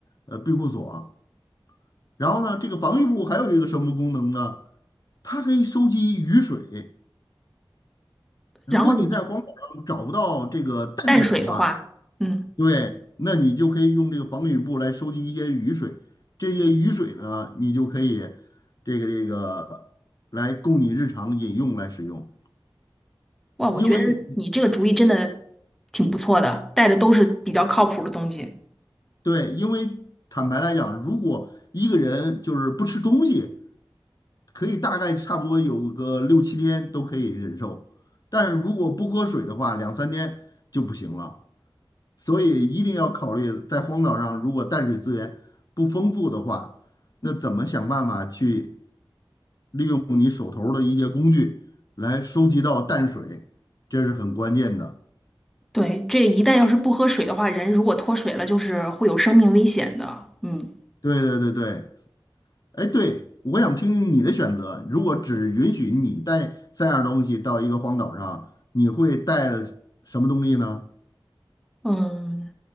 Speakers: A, on the left; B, in the centre.
A: 呃庇护所。然后呢，这个防雨布还有一个什么功能呢？它可以收集雨水。如果你在荒岛上找不到这个淡水的话，
B: 然后你淡水的话，嗯，
A: 对，那你就可以用这个防雨布来收集一些雨水，这些雨水呢，你就可以这个这个来供你日常饮用来使用。
B: 哇，
A: 因为
B: 我觉得你这个主意真的挺不错的，带的都是比较靠谱的东西。
A: 对，因为坦白来讲，如果一个人就是不吃东西，可以大概差不多有个六七天都可以忍受，但是如果不喝水的话，两三天就不行了。所以一定要考虑，在荒岛上如果淡水资源不丰富的话，那怎么想办法去利用你手头儿的一些工具来收集到淡水，这是很关键的。
B: 对，这一旦要是不喝水的话，人如果脱水了，就是会有生命危险的。嗯。
A: 对对对对，哎，对，我想听听你的选择。如果只允许你带三样东西到一个荒岛上，你会带什么东西呢？
B: 嗯。